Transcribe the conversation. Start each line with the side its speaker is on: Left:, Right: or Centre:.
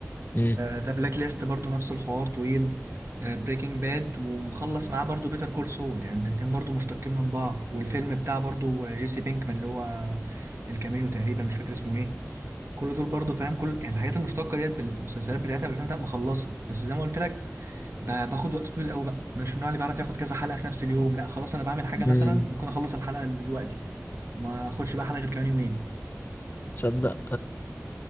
Left: مم.
Right: ذا بلاك ليست برضو نفس الحوار طويل بريكنج باد ومخلص معاه برضو بيتر كول سول يعني الاتنين برضو مشتقين من بعض والفيلم بتاع برضو جيسي بينكمان اللي هو الكاميو تقريبا مش فاكر اسمه ايه. كل دول برضو فاهم كل يعني الحاجات المشتقه ديت بالمسلسلات بتاعتها بالافلام بتاعتها مخلصه بس زي ما قلت لك ب- باخد وقت طويل قوي بقى مش من النوع اللي بيعرف ياخد كذا حلقه في نفس اليوم لا خلاص انا بعمل حاجه
Left: مم.
Right: مثلا ممكن اخلص الحلقه دلوقتي ما اخدش بقى حلقه غير كمان يومين
Left: تصدق